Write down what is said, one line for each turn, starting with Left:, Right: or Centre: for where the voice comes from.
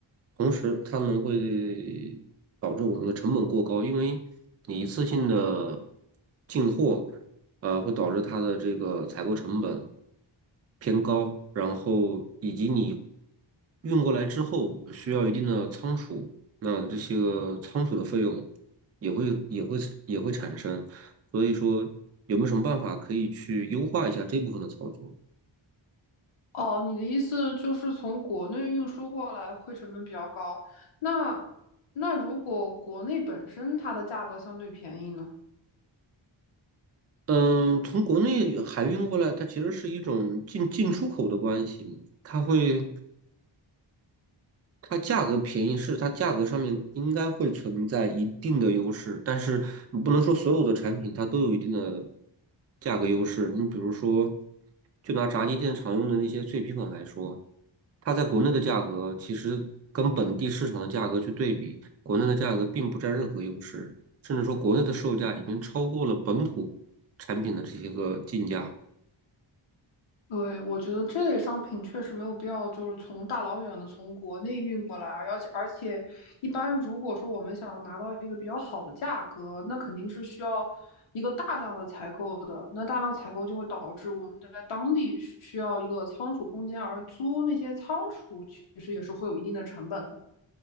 Right: 同时，它们会导致我们的成本过高，因为你一次性的进货，呃，会导致它的这个采购成本偏高，然后以及你运过来之后需要一定的仓储，那这些个仓储的费用。也会也会也会产生，所以说有没有什么办法可以去优化一下这部分的操作？
Left: 哦，你的意思就是从国内运输过来会成本比较高，那那如果国内本身它的价格相对便宜呢？
Right: 嗯，从国内海运过来，它其实是一种进进出口的关系嘛它会它价格便宜是它价格上面应该会存在一定的优势，但是你不能说所有的产品它都有一定的价格优势。你比如说，就拿炸鸡店常用的那些脆皮粉来说，它在国内的价格其实跟本地市场的价格去对比，国内的价格并不占任何优势，甚至说国内的售价已经超过了本土产品的这些个进价。
Left: 对，我觉得这类商品确实没有必要，就是从大老远的从国内运过来，而且而且，一般如果说我们想要拿到一个比较好的价格，那肯定是需要一个大量的采购的。那大量采购就会导致我们在当地需要一个仓储空间，而租那些仓储其实也是会有一定的成本的。